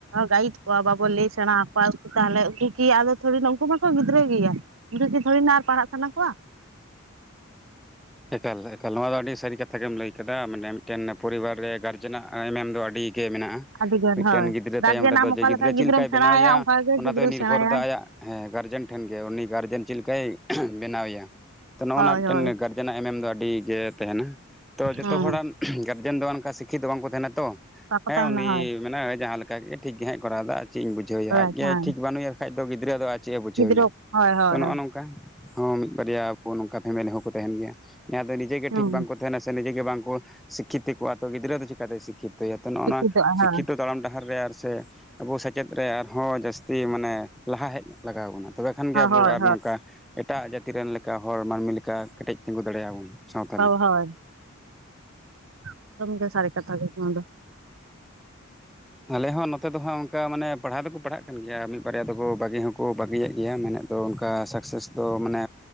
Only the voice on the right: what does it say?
ᱜᱟᱭᱤᱴ ᱠᱚᱣᱟ ᱵᱟᱵᱚ ᱞᱟᱹᱭ ᱥᱮᱬᱟ ᱟᱠᱚᱣᱟ ᱩᱠᱩ ᱛᱟᱦᱚᱞᱮ ᱩᱱᱠᱩ ᱜᱤ ᱟᱫᱚ ᱛᱷᱩᱲᱤᱱᱟᱜ ᱩᱱᱠᱩ ᱢᱟᱠᱚ ᱜᱤᱫᱽᱨᱟᱹ ᱜᱮᱭᱟ <unintelligible> ᱟᱨ ᱯᱟᱲᱦᱟᱜ ᱥᱟᱱᱟ ᱠᱚᱣᱟ᱾
ᱟᱹᱰᱤ ᱜᱟᱱ
ᱦᱳᱭ
ᱜᱟᱨᱡᱮᱱ
ᱟᱢ ᱚᱠᱟ
ᱞᱮᱠᱟ ᱜᱤᱫᱽᱨᱟᱹᱢ
ᱥᱮᱬᱟ
ᱟᱭᱟ
ᱚᱱᱠᱟ ᱜᱮ
ᱜᱤᱫᱽᱨᱟᱹ
ᱥᱮᱬᱟᱭᱟᱭ
ᱦᱳᱭ
ᱦᱳᱭ
ᱦᱮᱸ
ᱚᱠᱟ
ᱠᱚ
ᱛᱟᱦᱮᱱᱟ
ᱦᱳᱭ
ᱦᱳᱭ
ᱦᱮᱸ
ᱜᱤᱫᱽᱨᱟᱹ
ᱦᱳᱭ ᱦᱳᱭ
ᱦᱳᱭ
ᱦᱮᱸ
ᱥᱤᱠᱷᱤᱛᱚᱜ
ᱟᱭ
ᱦᱳᱭ
ᱦᱳᱭ
ᱦᱳᱭ
ᱦᱚᱣ
ᱦᱳᱭ ᱮᱠᱫᱚᱢ ᱜᱮ ᱥᱟᱹᱨᱤ ᱠᱟᱛᱷᱟ ᱜᱮ ᱱᱚᱣᱟ ᱫᱚ᱾